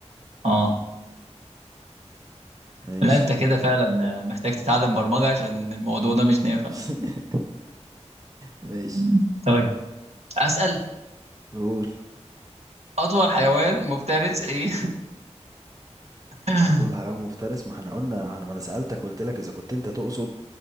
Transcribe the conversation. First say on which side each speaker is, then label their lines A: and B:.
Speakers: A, on the right (about 65°); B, on the right (about 30°).
A: اه
B: ماشي
A: لا انت كده فعلا محتاج تتعلم برمجه عشان الموضوع ده مش نافع
B: <laughs> ماشي
A: م. طيب اسال
B: قول
A: اطول حيوان مفترس ايه <laughs>
B: اطول حيوان مفترس ما احنا قلنا انا ما انا سألتك قلت لك اذا كنت انت تقصد